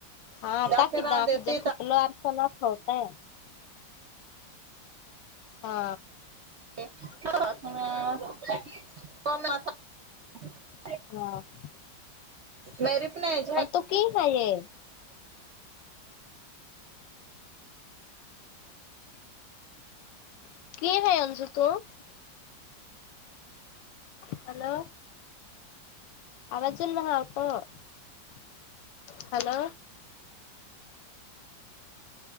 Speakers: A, on the left; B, on the right.
A: हा
B: दाखेरान
A: टाकीि दक
B: देते
A: जे फुटलो अर स नाथ होतय <unintelligible> हा
B: हो क <unintelligible>
A: <unintelligible>
B: मेरी
A: <unintelligible>
B: पण एज हाय
A: <unintelligible> हॅलो! आवाज <unintelligible> हॅलो!